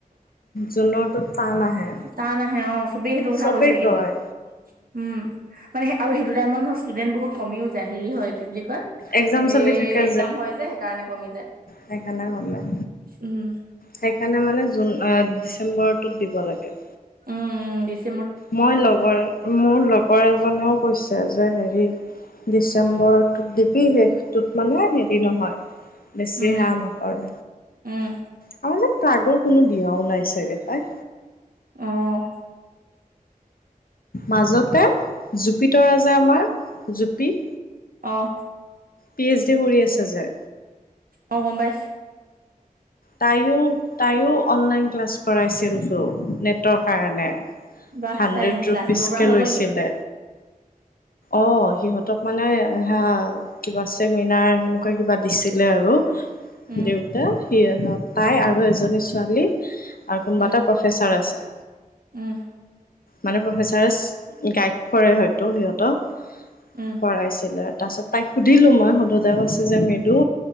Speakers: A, on the left (about 80°); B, on the right (about 80°).
A: জুনৰটো টান আহে
B: টান নাহে অ চবেই সেইটো কথা
A: চবেই
B: কৈছে কিন্তু।
A: কয়
B: উম মানে আৰু সেইটো টাইমত ন ষ্টুডেন্ট বহুত কমিও যায় হেৰি হয় কি বুলি কয়
A: একজাম
B: এ
A: চলি থাকে
B: একজাম হয় যে সেইকাৰণে কমি যায়
A: সেইকাৰণে গম নাই।
B: উম,
A: সেইকাৰণে মানে জুন, অ, ডিচেম্বৰৰটোত দিব লাগে।।
B: উম-উম ডিচ
A: মই লগৰ মোৰ লগৰ এজনেও কৈছে যে হেৰি ডিচেম্বৰত
B: অ
A: ইটোক দিবি শেষটোত মানে হেৰি নহয়। বেছি সেয়া
B: উম
A: নকৰে
B: উম
A: আমাৰ যে প্ৰাগৰ কোনো দিয়াও নাই চাগে পাই।
B: অহ',
A: মাজতে জুপিতৰা জে আমাৰ জুপি
B: অহ',
A: পি এইচ ডি কৰি আছে যে
B: অ, গম পাইছ
A: তাইও -তাইও অনলাইন ক্লাছ কৰাইছিল চ ' নেট তৰ কাৰণে
B: বাহ
A: হাণ্ড্ৰেড
B: তাই ক্লাছ
A: ৰুপিচকে
B: দিব পৰা হৈ
A: লৈছিলে।
B: গ'ল নেকি
A: অ সিহঁতক মানে হা কিবা চেমিনাৰ সেনেকুৱা কিবা দিছিলে আৰু।
B: উম
A: দেউতা সি তাই আৰু এজনী ছোৱালী আৰু কোনবা
B: উম
A: এটা প- পেচাৰ আছে।
B: উম,
A: মানে প্ৰফেচাৰেচ গাইড কৰে হয়তো সিহঁতক।
B: উম।
A: কৰাইছিলে তাছত তাইক সুধিলো মই শুধুতে কৈছে যে মৃদু